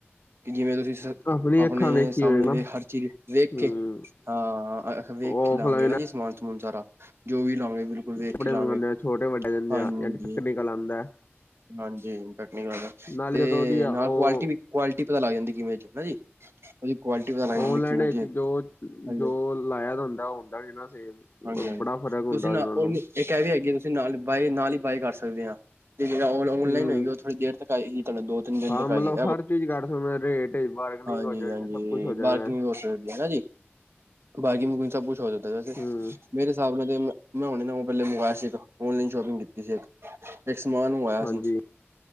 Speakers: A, on the right; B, on the left.
A: ਕਿ ਜਿਵੇਂ ਤੁਸੀਂ
B: ਆਪਣੀ
A: ਆਪਣੇ
B: ਅੱਖਾਂ ਵੇਖੀ
A: ਸਾਹਮਣੇ
B: ਹੋਏ ਨਾ
A: ਦੇ ਹਰ ਚੀਜ਼ ਵੇਖ
B: ਹੂੰ
A: ਕੇ ਹਾਂ ਵੇਖ ਕੇ
B: ਔਫਲਾਈਨ
A: ਲਾਂਗੇ ਨਾ ਜੀ ਸਮਾਨ ਸਮੂਨ ਸਾਰਾ ਜੋ ਵੀ ਲਾ ਬਿਲਕੁਲ ਵੇਖ
B: ਕੱਪੜੇ
A: ਲਾਂਗੇ
B: ਮੰਗਵਾਉਂਦੇ ਆ ਛੋਟੇ ਵੱਡੇ ਜਾਂਦੇ
A: ਹਾਂਜੀ।
B: ਆ ਨਿਕਲ ਆਉਂਦਾ
A: ਹਾਂਜੀ ਟੈਕਨੀਕਲ।
B: ਨਾਲੇ
A: ਤੇ
B: ਜਦੋਂ ਉਹਦੀ ਆ
A: ਨਾਲ
B: ਉਹ
A: ਕੁਆਲਿਟੀ ਵੀ ਕੁਆਲਿਟੀ ਪਤਾ ਲੱਗ ਜਾਂਦੀ ਕਿਵੇਂ ਹਨਾ ਜੀ। ਕੁਆਲਿਟੀ ਪਤਾ ਲੱਗ
B: ਓਨਲਾਈਨ
A: ਜਾਂਦੀ ਕਿਵੇਂ
B: ਵਿੱਚ
A: ਕੀ ਹੈਗੀ ਹਾਂਜੀ
B: ਜੋ ਲਾਇਆ ਤਾਂ ਹੁੰਦਾ-ਹੁੰਦਾ ਨੀ ਨਾ ਸੇਮ।
A: ਹਾਂਜੀ, ਹਾਂਜੀ
B: ਬੜਾ ਫ਼ਰਕ ਹੁੰਦਾ
A: ਤੁਸੀਂ ਨਾ
B: ਉਹਦੇ ਨਾਲੋਂ
A: ਓ ਇੱਕ ਐ ਵੀ ਹੈਗੀ ਆ ਤੁਸੀਂ ਨਾਲ ਬਾਏ ਨਾਲ ਹੀ ਬਾਏ ਕਰ ਸਕਦੇ ਆ ਤੇ ਜੇੜਾ ਔਨਲਾਈਨ
B: ਹੂੰ
A: ਹੋਏਗੀ ਓਥੋੜ੍ਹੀ ਦੇਰ ਤੱਕ। ਆਏ ਹੀ ਚੱਲਣ ਦੋ। ਤਿੰਨ-ਦਿਨ
B: ਹਾਂ
A: ਤੱਕ
B: ਮਤਲਬ
A: ਆਗੀ।
B: ਹਰ ਚੀਜ਼ ਕਰ ਸਕਦੇ ਰੇਟ ਵਿੱਚ ਬਾਰਗਨਿੰਗ
A: ਹਾਂਜੀ-ਹਾਂਜੀ
B: ਹੋ ਜਾਣੀ ਸਭ ਕੁਛ ਹੋ
A: ਬਾਰਕਿੰਗ
B: ਜਾਣਾ
A: ਹੋ ਸਕਦੀ ਜੀ। ਬਾਰਕਿੰਗ ਬੂਕਿੰਗ ਸਭ ਕੁਛ ਹੋ ਜਾਂਤਾ ਵੈਸੇ
B: ਹੂੰ
A: ਮੇਰੇ ਹਿਸਾਬ ਨਾਲ ਮੈਂ ਹੁਣੇ ਨਾ ਪੈਲੇ ਮੰਗਾਇਆ ਸੀ ਇੱਕ ਔਨਲਾਈਨ ਸ਼ੋਪਿੰਗ ਕੀਤੀ ਸੀ ਇੱਕ ਇੱਕ ਸਮਾਨ ਆਇਆ
B: ਹਾਂਜੀ
A: ਸੀ